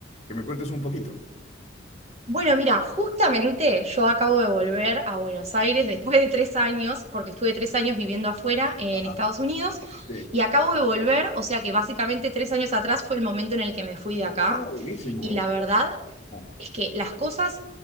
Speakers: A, on the left; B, on the right.
A: Que me cuentes un poquito.
B: Bueno, mira, justamente yo acabo de volver a Buenos Aires después de tres años, porque estuve tres años viviendo afuera en
A: Ajá,
B: Estados Unidos,
A: sí.
B: y acabo de volver, o sea que básicamente tres años atrás fue el momento en el que me fui de acá,
A: Ah, buenísimo.
B: y la verdad
A: Ah,
B: es que las cosas